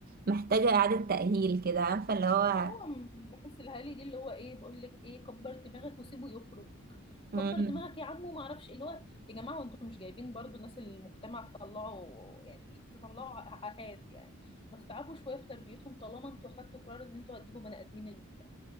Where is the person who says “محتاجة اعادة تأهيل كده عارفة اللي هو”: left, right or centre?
Right